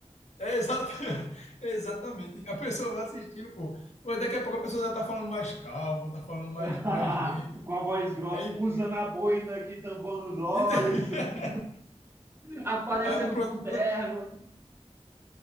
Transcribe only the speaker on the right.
<laughs>
com a voz grossa,
usando a boina aqui, tampando os olhos.
<laughs> aparecendo
com terno.